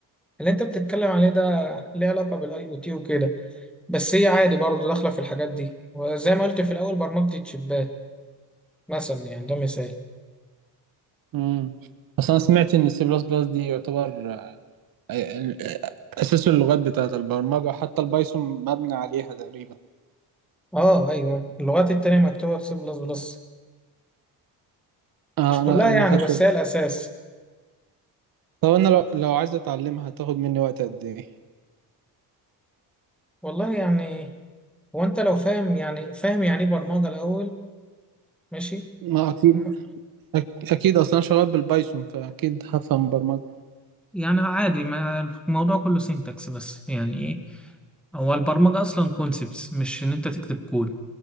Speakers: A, in the centre; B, on the right.
A: اللي انت بتتكلم عليه ده ليه علاقة بالاي او تي وكده بس هي عادي برضه داخلة في الحاجات دي وزي ما قلت في الأول برمجة الشيبات مثلا يعني ده مثال
B: مم. اصل انا سمعت ان السي بلس بلس دي يعتبر ال- اساس اللغات بتاعت البرمجه حتى البايثون مبني عليها تقريبا
A: اه ايوه اللغات التانية مكتوبة في سي بلس بلس
B: آه
A: مش كلها
B: انا انا
A: يعني
B: خدت
A: بس هي الأساس
B: طب انا لو لو عايز اتعلمها هتاخد مني وقت قد ايه
A: والله يعني هو أنت لو فاهم يعني فاهم يعني إيه برمجة الأول ماشي
B: ما اكيد
A: م-
B: أك- اكيد اصلا شغال بالبايثون فاكيد هفهم برمجه
A: يعني عادي ما الموضوع كله سينتاكس بس يعني إيه هو البرمجة أصلا كونسبتس مش إن أنت تكتب كود